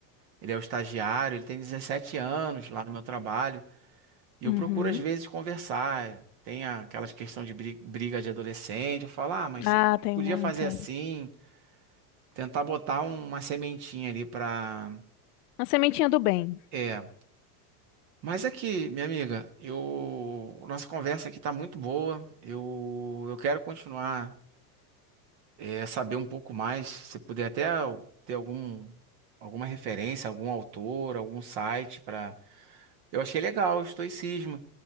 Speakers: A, on the right (about 50°); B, on the left (about 75°).
A: ele é o estagiário, ele tem 17 anos lá no meu trabalho. E
B: Uhum.
A: eu procuro às vezes conversar. Tem a- aquelas questões de bri- briga de adolescente. Eu falo, ah, mas
B: Ah,
A: você
B: tem
A: podia
B: muita.
A: fazer assim, tentar botar um- uma sementinha ali pra.
B: Uma sementinha do bem.
A: É. Mas aqui, minha amiga, eu. Nossa conversa aqui tá muito boa. Eu, eu quero continuar, é, saber um pouco mais. Se puder até ter algum, alguma referência, algum autor, algum site para Eu achei legal o estoicismo,